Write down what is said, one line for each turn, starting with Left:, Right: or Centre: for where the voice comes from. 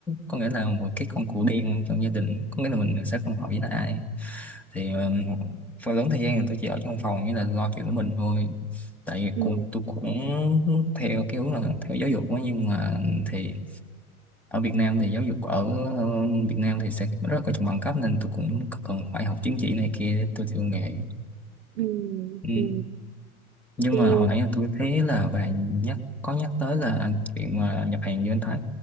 Centre: có nghĩa là một cái con cừu đen trong gia đình có nghĩa là mình sẽ không hợp với lại ai thì um, phần lớn thời gian thì tôi chỉ ở trong phòng với là lo chuyện của mình thôi tại vì
Right: Ừ,
Centre: cô- tôi cũng theo cái hướng là theo giáo dục quá nhưng mà thì ở Việt Nam thì giáo dục ở ờ, Việt Nam thì sẽ rất là coi trọng bằng cấp nên tôi cũng cần phải học chứng chỉ này kia để tôi theo nghề
Right: ừ,
Centre: ừ
Right: ừ.
Centre: nhưng
Right: Ok.
Centre: mà hồi nãy là tôi thấy là bạn nhắc có nhắc tới là chuyện mà nhập hàng như anh Thái